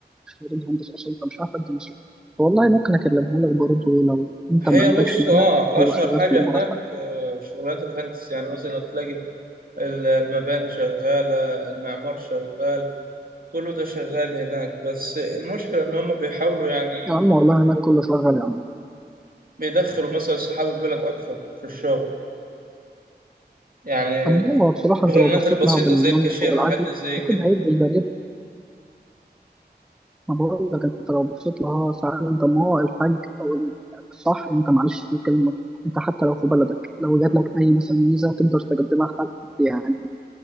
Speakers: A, in the centre; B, on the right.
A: مش خريج هندسة اصلا فمش عارف ادي مصر والله ممكن اكلمه لك برضه لو انت
B: هي
A: ما عندكش
B: بص
A: مانع
B: اه
A: هو
B: اشهر
A: شغال
B: حاجه
A: في الامارات
B: هناك آه، شغلانات الهندس يعني مثلا تلاقي ال- المباني شغاله المعمار شغال كله ده شغال هناك بس المشكله ان هم بيحاولوا يعني
A: يا عم والله هناك كله شغال يا عم
B: بيدخلوا مثلا اصحاب البلد اكثر في الشغل يعني
A: طب هو بصراحة
B: الشغلانات
A: أنت لو بصيت
B: البسيطه
A: لها بالمنطق
B: زي الكاشير
A: وبالعقل
B: والحاجات اللي زي
A: أكيد
B: كده
A: هيدي الجريمة ما بقول لك أنت لو بصيت لها ساعتها طب ما هو الحاج أو ال- الصح أنت معلش في الكلمة أنت حتى لو في بلدك لو جات لك أي مثلا ميزة تقدر تقدمها لحد يعني